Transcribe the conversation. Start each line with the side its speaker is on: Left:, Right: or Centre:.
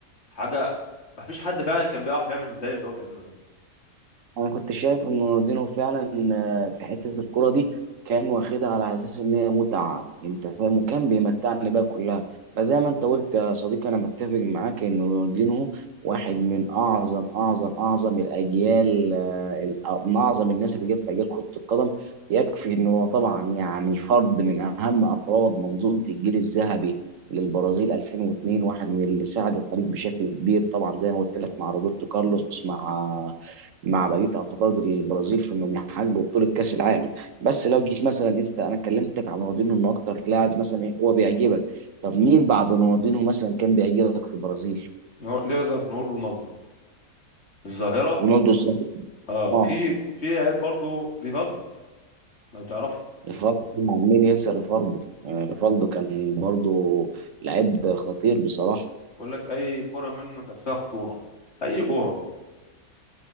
Left: حاجة ما فيش حد فعلا كان بيعرف يعمل زي اللي هو بيعمله ده
Right: انا كنت شايف ان رونالدينو فعلا آه، في حته الكوره دي كان واخدها على اساس ان هي متعه انت فاهم وكان بيمتعني بقى كلها فزي ما انت قلت يا صديقي انا متفق معاك ان رونالدينو واحد من اعظم اعظم اعظم الاجيال آه، ال- آه، من اعظم الناس اللي جت في اجيال كره القدم يكفي ان هو طبعا يعني فرد من اهم افراد منظومه الجيل الذهبي للبرازيل 2002 واحد من اللي ساعد الفريق بشكل كبير طبعا زي ما قلت لك مع روبرتو كارلوس مع مع بقيه افراد البرازيل في انهم يحققوا بطوله كاس العالم بس لو جيت مثلا انت انا كلمتك عن رونالدينو انه اكتر لاعب مثلا إيه، هو بيعجبك طب مين بعد رونالدينو مثلا كان بيعجبك في البرازيل
Left: نقدر نقول رونالدو الظاهرة
Right: رونالدو الظاهر
Left: اه
Right: اه
Left: في في عيب برضه ريفالدو لو تعرفه
Right: ريفالدو طبعاً، مين ينسى ريفالدو آه، ريفالدو كان برضه لعيب خطير بصراحه
Left: بقول لك اي كرة منه كانت فيها خطورة اي كرة